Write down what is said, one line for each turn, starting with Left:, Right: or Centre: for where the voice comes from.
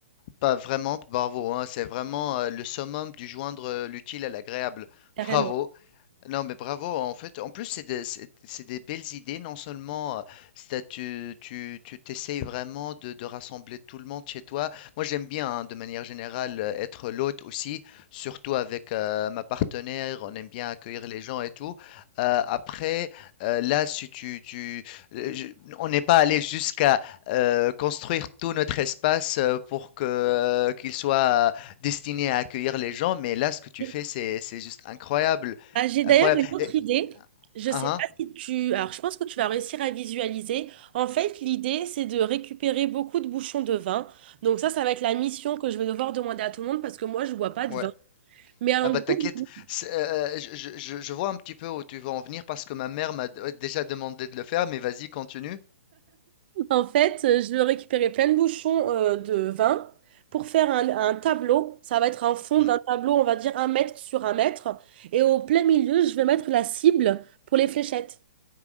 Left: pas vraiment, bravo, hein, c'est vraiment euh, le summum du joindre euh, l'utile à l'agréable.
Right: carrément.
Left: Bravo. Non, mais bravo. En fait, en plus, c'est des, c'est c'est des belles idées. Non seulement, euh, c'est- tu, tu, tu t'essayes vraiment de, de rassembler tout le monde chez toi. Moi, j'aime bien, hein, de manière générale, euh, être l'hôte aussi, surtout avec euh, ma partenaire. On aime bien accueillir les gens et tout. Euh, après, euh, là, si tu, tu, euh, je- on n'est pas allé jusqu'à euh, construire tout notre espace euh, pour que euh, qu'il soit euh, destiné à accueillir les gens. Mais là, ce que tu
Right: Oui.
Left: fais, c'est, c'est juste incroyable.
Right: Ah, j'ai d'ailleurs
Left: Incroyable.
Right: une autre
Left: Et,
Right: idée. Je
Left: ah,
Right: sais pas si tu... Alors, je pense que tu vas réussir à visualiser. En fait, l'idée, c'est de récupérer beaucoup de bouchons de vin. Donc ça, ça va être la mission que je vais devoir demander à tout le monde parce que moi, je bois pas de
Left: ah, ouais.
Right: vin. Mais en
Left: Ah bah
Right: gros,
Left: t'inquiète,
Right: je-
Left: c'est, euh, euh, je, je- je- je vois un petit peu où tu veux en venir parce que ma mère m'a d- ouais, déjà demandé de le faire, mais vas-y, continue.
Right: en fait, euh, je vais récupérer plein de bouchons euh, de vin pour faire un, un tableau. Ça va être un fond
Left: Mm,
Right: d'un tableau, on va dire un mètre sur un mètre. Et au plein milieu, je vais mettre la cible pour les fléchettes.